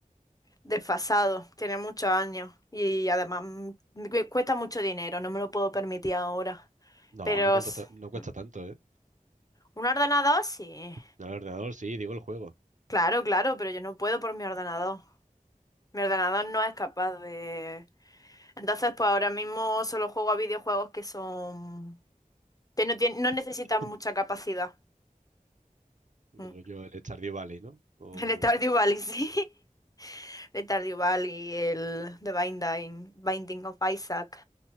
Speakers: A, on the left; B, on the right.
A: desfasado, tiene muchos años y además mm, me cu- cuesta mucho dinero, no me lo puedo permitir ahora.
B: No,
A: Pero
B: no cuenta
A: s-
B: ta- no cuesta
A: mm,
B: tanto, ¿eh?
A: un ordenador sí.
B: No, el ordenador sí, digo el juego.
A: Claro, claro, pero yo no puedo por mi ordenador. Mi ordenador no es capaz de... Entonces, pues ahora mismo solo juego a videojuegos que son... que no tienen, no necesitan
B: <clears throat>
A: mucha capacidad.
B: Bueno,
A: Mm.
B: yo el Stardew Valley, ¿no? O
A: <laughs> El Stardew Valley, sí. <laughs> El Stardew Valley, el The Binding, Binding of Isaac,